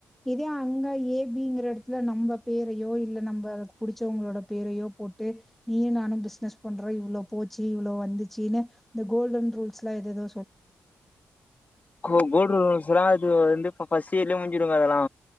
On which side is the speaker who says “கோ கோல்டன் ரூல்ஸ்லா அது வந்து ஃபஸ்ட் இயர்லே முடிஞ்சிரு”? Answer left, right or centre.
Left